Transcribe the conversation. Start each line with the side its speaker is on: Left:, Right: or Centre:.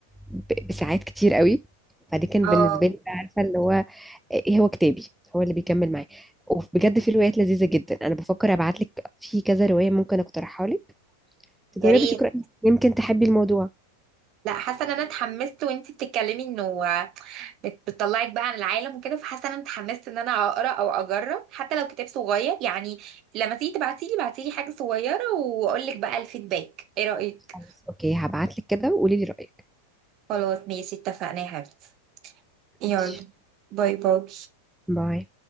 Centre: ب- بساعات كتير قوي فدي كان
Right: اه
Centre: بالنسبة لي بقى عارفة اللي هو إيه هو كتابي هو اللي بيكمل معايا وبجد في روايات لذيذة جدا أنا بفكر أبعتلك في كذا رواية ممكن أقترحها لك تجربي
Right: يا ريت
Centre: تقرأي يمكن تحبي الموضوع
Right: لا حاسه ان انا اتحمست وانت بتتكلمي انه بت- بتطلعك بقى عن العالم وكده فحاسه ان انا اتحمست ان انا اقرا او اجرب حتى لو كتاب صغير يعني لما تيجي تبعتيلي بعتيلي حاجه صغيره واقول لك بقى الفيدباك ايه رايك
Centre: خلاص أوكي هبعتلك كده وقولي لي رأيك
Right: خلاص ماشي اتفقنا يا حبيبتي يلا
Centre: ماشي
Right: باي باي
Centre: باي